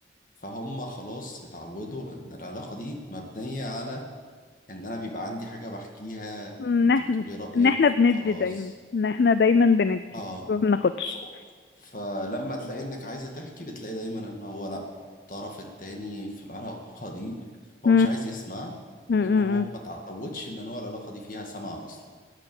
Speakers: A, on the left; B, on the left.
A: فهم خلاص اتعودوا ان العلاقة دي مبنية على ان انا بيبقى عندي حاجة بحكيها
B: إن
A: وانت
B: إحنا
A: بتقولي رأيك
B: إن إحنا بندي
A: وخلاص
B: دايما إن إحنا دايما بندي
A: اه
B: ما بناخدش
A: ف... فلما تلاقي انك عايزة تحكي بتلاقي دايما ان هو لا الطرف التاني في العلاقة دي
B: مم.
A: هو مش عايز يسمع
B: مم.
A: لان
B: مم.
A: هو
B: مم.
A: ما تعودش ان هو العلاقة دي فيها سمع اصلا